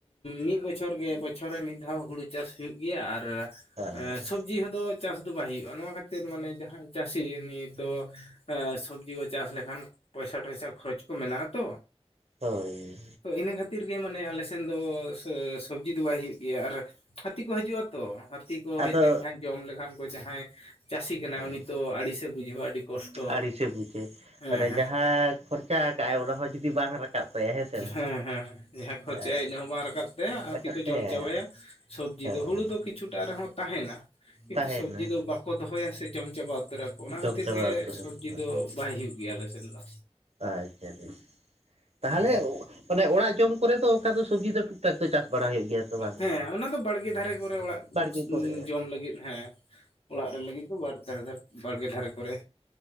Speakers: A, on the left; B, on the right.
A: ᱢᱤᱫ ᱵᱚᱪᱷᱚᱨ ᱜᱮ ᱵᱚᱪᱷᱚᱨ ᱨᱮ ᱢᱤᱫ ᱫᱷᱟᱣ ᱦᱩᱲᱩ ᱪᱟᱥ ᱦᱩᱭᱩᱜ ᱜᱮᱭᱟ ᱟᱨ
B: ᱦᱮᱸ
A: ᱥᱚᱵᱽᱡᱤ ᱦᱚᱸᱫᱚ ᱪᱟᱥ ᱫᱚ ᱵᱟᱭ ᱦᱩᱭᱩᱜ-ᱟ ᱱᱚᱣᱟ ᱠᱷᱟᱹᱛᱤᱨ ᱢᱟᱱᱮ ᱡᱟᱦᱟᱸᱭ ᱪᱟᱹᱥᱤ ᱩᱱᱤ ᱫᱚ ᱮ ᱥᱚᱵᱽᱡᱤ ᱠᱚ ᱪᱟᱥ ᱞᱮᱠᱷᱟᱱ ᱯᱚᱭᱥᱟ-ᱴᱚᱭᱥᱟ ᱠᱷᱚᱨᱚᱪ ᱠᱚ ᱢᱮᱱᱟᱜ-ᱟ ᱛᱚ
B: ᱦᱳᱭ
A: ᱛᱚ ᱤᱱᱟᱹ ᱠᱷᱟᱹᱛᱤᱨ ᱜᱮ ᱢᱟᱱᱮ ᱟᱞᱮ ᱥᱮᱱ ᱫᱚ ᱥᱚ ᱥᱚᱵᱽᱡᱤ ᱫᱚ ᱵᱟᱭ ᱦᱩᱭᱩᱜ ᱜᱮᱭᱟ ᱟᱨ ᱦᱟᱹᱛᱤ ᱠᱚ ᱦᱤᱡᱩᱜ-ᱟ ᱛᱚ ᱦᱟᱹᱛᱤ ᱠᱚ
B: ᱟᱫᱚ
A: ᱦᱮᱡ ᱞᱮᱱᱠᱷᱟᱱ ᱡᱚᱢ ᱞᱮᱠᱷᱟᱱ ᱠᱚ ᱡᱟᱦᱟᱸᱭ ᱪᱟᱹᱥᱤ ᱠᱟᱱᱟᱭ
B: ᱦᱳᱭ
A: ᱩᱱᱤ ᱛᱚ ᱟᱹᱲᱤᱥ ᱮ ᱵᱩᱡᱷᱟᱹᱣᱟ ᱟᱹᱰᱤ ᱠᱚᱥᱴᱚ
B: ᱟᱹᱲᱤᱥᱮ ᱵᱩᱡᱮ
A: ᱮᱸ
B: ᱢᱟᱱᱮ
A: ᱦᱮᱸ
B: ᱡᱟᱦᱟᱸ ᱠᱷᱚᱨᱪᱟ ᱠᱟᱜᱼᱟᱭ ᱚᱱᱟ ᱦᱚᱸ ᱡᱩᱫᱤ ᱵᱟᱝ ᱨᱟᱠᱟᱵ ᱛᱟᱭᱟ ᱥᱮ ᱵᱟᱝ
A: ᱦᱮᱸ ᱦᱮᱸ ᱡᱟᱦᱟᱸ ᱠᱷᱚᱨᱪᱟᱭ
B: ᱦᱮᱸ
A: ᱤᱱᱟᱹ ᱦᱚᱸ ᱵᱟᱝ ᱨᱟᱠᱟᱵ ᱛᱟᱭᱟ ᱟᱨ
B: ᱨᱟᱠᱟᱵ
A: ᱛᱤ ᱠᱚ
B: ᱛᱟᱭᱟ
A: ᱡᱚᱢ ᱪᱟᱵᱟᱭᱟ ᱥᱚᱵᱽᱡᱤ
B: ᱦᱳᱭ
A: ᱫᱚ ᱦᱩᱲᱩ ᱫᱚ ᱠᱤ ᱪᱷᱩᱴᱟ ᱨᱮᱦᱚᱸ ᱛᱟᱦᱮᱱᱟ ᱠᱤᱱᱛᱩ
B: ᱛᱟᱦᱮᱱᱟ
A: ᱥᱚᱵᱽᱡᱤ ᱫᱚ ᱵᱟᱠᱚ ᱫᱚᱦᱚᱭᱟ ᱥᱮ ᱡᱚᱢ ᱪᱟᱵᱟ ᱩᱛᱟᱹᱨ ᱟᱠᱚ ᱚᱱᱟ
B: ᱡᱚᱢ
A: ᱠᱷᱟᱹᱛᱤᱨ
B: ᱪᱟᱵᱟ
A: ᱜᱮ
B: ᱩᱛᱟᱹᱨᱟ
A: ᱥᱚᱵᱽᱡᱤ
B: ᱦᱳᱭ
A: ᱫᱚ ᱵᱟᱭ ᱦᱩᱭᱩᱜ ᱜᱮᱭᱟ ᱟᱞᱮ ᱥᱮᱱ ᱫᱚ
B: ᱟᱪᱪᱷᱟ ᱟᱪᱪᱷᱟ ᱛᱟᱦᱚᱞᱮ
A: ᱦᱩᱸ
B: ᱢᱟᱱᱮ ᱚᱲᱟᱜ ᱡᱚᱢ ᱠᱚᱨᱮ ᱫᱚ ᱚᱱᱠᱟ ᱫᱚ ᱥᱚᱵᱽᱡᱤ ᱫᱚ ᱴᱩᱠ ᱴᱟᱠ ᱫᱚ ᱪᱟᱥ ᱵᱟᱲᱟ ᱦᱩᱭᱩᱜ ᱜᱮᱭᱟ ᱛᱚ ᱵᱟᱝ
A: ᱦᱮᱸ ᱚᱱᱟ ᱫᱚ ᱵᱟᱲᱜᱮ ᱫᱷᱟᱨᱮ ᱠᱚᱨᱮ ᱚᱲᱟᱜ
B: ᱵᱟᱲᱜᱮ ᱠᱚᱨᱮ
A: ᱡᱚᱢ ᱞᱟᱹᱜᱤᱫ ᱦᱮᱸ ᱚᱲᱟᱜ ᱨᱮ ᱞᱟᱹᱜᱤᱫ ᱫᱚ ᱵᱟᱨ ᱫᱷᱟᱲ ᱫᱷᱟᱲ ᱵᱟᱲᱜᱮ ᱫᱷᱟᱨᱮ ᱠᱚᱨᱮ